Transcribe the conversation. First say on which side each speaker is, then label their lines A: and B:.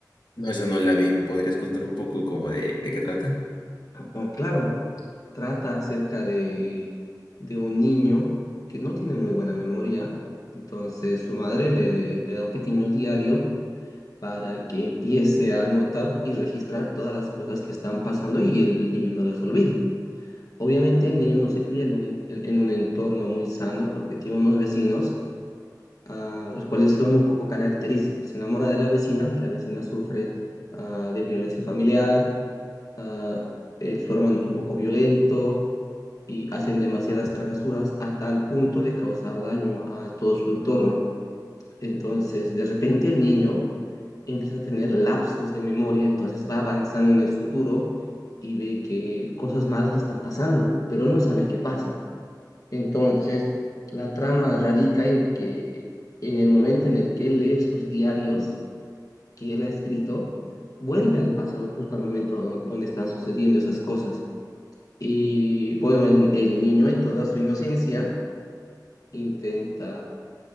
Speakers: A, on the left; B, on the left.
A: No, eso no la vi. ¿Me podrías contar un poco como de, de qué trata?
B: O, claro, trata acerca de, de un niño que no tiene muy buena memoria, entonces su madre le, le da un pequeño diario para que empiece a anotar y registrar todas las cosas que están pasando y el niño no las olvide. Obviamente el niño no se cría en un, en- en un entorno muy sano porque tiene unos vecinos ah, los cuales son un poco característicos. Se enamora de la vecina y la vecina sufre ah, de violencia familiar, ah, el- su hermano es un poco violento y hacen demasiadas travesuras a tal punto de causar daño a todo su entorno. Entonces, de repente el niño empieza a tener lapsos de memoria, entonces va avanzando en el futuro y ve que cosas malas están pasando, pero él no sabe qué pasa. Entonces, la trama radica en que en el momento en el que él lee sus diarios que él ha escrito, vuelve al pasado justo al momento don- donde están sucediendo esas cosas. Y bueno, el, el niño en toda su inocencia intenta